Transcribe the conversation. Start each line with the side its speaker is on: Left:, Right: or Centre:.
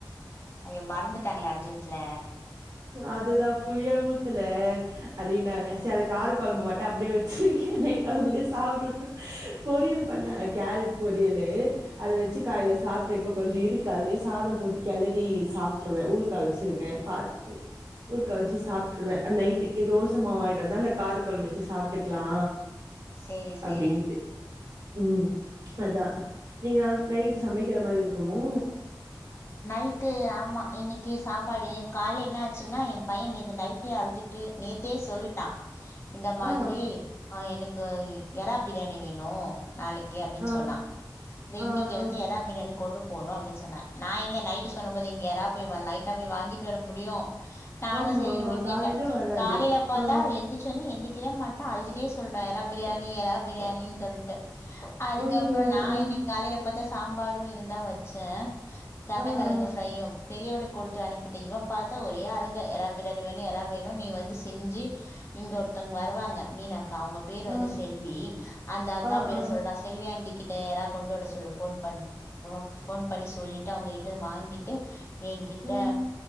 Left: ஐ்யோ மறந்துட்டாங்களா அர்ஜென்ட்ல
Right: அதுதா புளிய ஊத்துல அடின்னாங்க சரி அது கார குழம்பு மட்டு அப்டியே வச்சி அவங்களே சாப்டட்டு பொரியல் பண்ண கேரட் பொரியலு அத வச்சு காயல சாப் சாப்ட்டு இப்ப கொஞ்ச இருக்கு அதுலயே சாத போட்டு கிளறி சாப்ட்ருவே ஊருக்கா வச்சி பாத்து ஊருக்கா வச்சு சாப்ட்ருவே நைட்டுக்கு தோசமா வாங்கிட்டு இருந்தா அந்த காரு குழம்ப வச்சு சாப்ட்டுக்கலா
Left: சேரி சேரி
Right: அப்டின்ட்டு ம் அதா நீங்க நாளை நைட்டு சமைக்கிற மாதிரி இருக்குமோ
Left: நைட்டு ஆமா இன்னைக்கு சாப்பாடு கால என்ன ஆச்சுன்னா எ பைய இது நைட்டே அழுதுட்டு நேத்தே சொல்லிட்டா இந்த மாதிரி
Right: ஆ
Left: ஆ எனக்கு யரா பிரியாணி வேணு நாளைக்கி அப்டின்னு
Right: ஆ
Left: சொன்னா அத
Right: ஆ ஆ
Left: இன்னைக்கி வந்து எரா பிரியாணி கொண்டு போணு அப்டின்னு சொன்ன நா எங்கே நைட்டு சொல்லும்போது இங்கே யரா போய் வ நைட்டா போய் வாங்கிட்டு வர முடியு நானு
Right: ஆமா
Left: சரனு
Right: ஆமா
Left: போய் கேட்டே
Right: காலைல வராது
Left: காலையில பாத்தா
Right: ஆ
Left: அவ எந்திரச்சுன்னே எந்தி க்கிட மாட்டா அழுதுட்டே சொல்றா எறா பிரியாணி எறா பிரியாணின்னு சொல்ட்டு அதுக்கப்புறோ
Right: அய்யய்யோ
Left: நா
Right: ஆ
Left: இன்னைக் காலையில பாத்தா சாம்பாரு இது தா வச்சே கருண்ணக்கலுங்கு
Right: ஆ ஆ
Left: ஃப்ரையும் பெரியவளக் கொடுத்து அனுப்பிட்ட இவ பாத்தா ஒரே அழுக எறா பிரியாணி வேணு எறா வேணு நீ வந்து செஞ்சி இங்க ஒருத்தவங்க வருவாங்க மீன க்கா அவங்க பேரு
Right: ஆ
Left: வந்து செல்வி அந்த அக்கா
Right: ஆ
Left: பேரு
Right: ஆ
Left: சொல்றா செல்வி ஆண்ட்டி கிட்ட யாரா கொண்டு வட சொல்லு போன் பண்ணி போன் பண்ணி சொல்லிட்டு அவங்ககிட்ட வாங்கிட்டு எ கிட்ட
Right: ம்